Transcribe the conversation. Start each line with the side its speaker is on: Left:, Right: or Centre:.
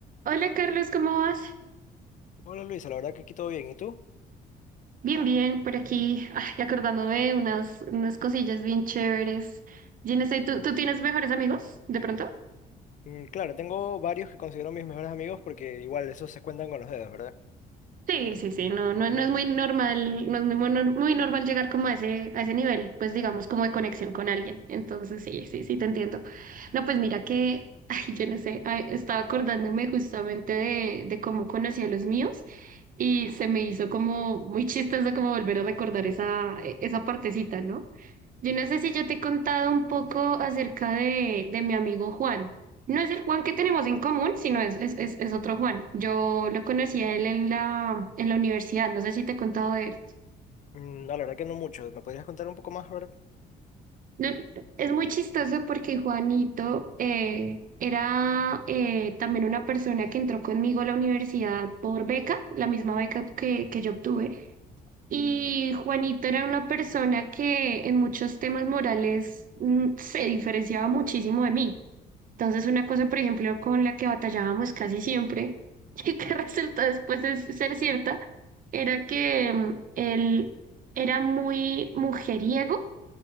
Right: Hola Carlos, ¿cómo vas?
Left: Hola Luisa, la verdad que aquí todo bien. ¿Y tú?
Right: Bien, bien, por aquí, ay, acordándome de unas, unas cosillas bien chéveres. Yo no sé, ¿tú, tú tienes mejores amigos de pronto?
Left: Mm, claro, tengo varios que considero mis mejores amigos porque igual esos se cuentan con los dedos, ¿verdad?
Right: Sí, sí, sí, no, no, no es muy normal, no es muy, mon- muy normal llegar como a ese, a ese nivel, pues digamos, como de conexión con alguien. Entonces, sí, sí, sí, te entiendo. No, pues mira que, <laughs> ay, yo no sé, ay, estaba acordándome justamente de, de cómo conocí a los míos y se me hizo como muy chistoso como volver a recordar esa, e-, esa partecita, ¿no? Yo no sé si yo te he contado un poco acerca de, de mi amigo Juan. No es el Juan que tenemos en común, sino es, es, es, es otro Juan. Yo lo conocí a él en la, en la universidad, no sé si te he contado de él.
Left: Mm, no, la verdad que no muchos. ¿Me podrías contar un poco más, verdad?
Right: No, es muy chistoso porque Juanito eh, era eh, también una persona que entró conmigo a la universidad por beca, la misma beca que, que yo obtuve. Y Juanito era una persona que en muchos temas morales mm, se diferenciaba muchísimo de mí. Entonces, una cosa, por ejemplo, con la que batallábamos casi siempre <laughs> y que resultó después de ser cierta, era que mm, él era muy mujeriego